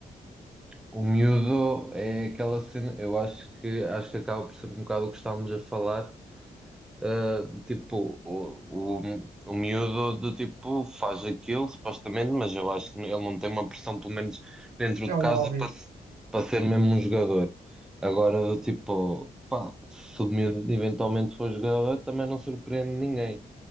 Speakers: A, in the centre; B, on the right.
A: O miúdo é aquela cena, eu acho que acho que acaba por ser um bocado o que estávamos a falar, uh, de tipo, o, o, o miúdo do tipo faz aquilo, supostamente, mas eu acho que ele não tem uma pressão, pelo menos dentro
B: É
A: de
B: um
A: casa,
B: hobby.
A: para, se- para ser mesmo um jogador. Agora, do tipo, pá, se o miúdo eventualmente for jogador, também não surpreende ninguém,